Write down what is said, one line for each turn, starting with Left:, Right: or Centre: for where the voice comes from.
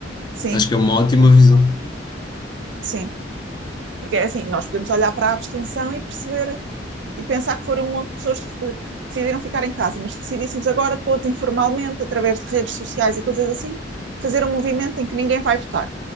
Right: sim,
Left: Acho que é uma ótima visão.
Right: sim. Porque é assim, nós podemos olhar para a abstenção e perceber e pensar que foram um monte de pessoas que decidiram ficar em casa, mas se decidíssemos agora todos informalmente, através de redes sociais e coisas assim, fazer um movimento em que ninguém vai votar.